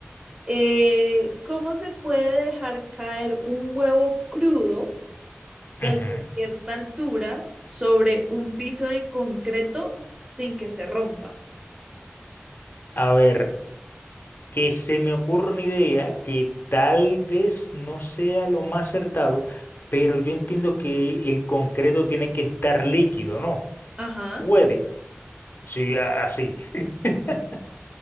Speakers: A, on the right (about 20°); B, on the left (about 50°).
A: Eh, ¿cómo se puede dejar caer un huevo crudo desde
B: Ujú.
A: cierta altura sobre un piso de concreto sin que se rompa?
B: A ver, que se me ocurre una idea que tal vez no sea lo más acertado, pero yo entiendo que el concreto tiene que estar líquido, ¿no?
A: Ajá.
B: Puede Sí, a- así. <laughs>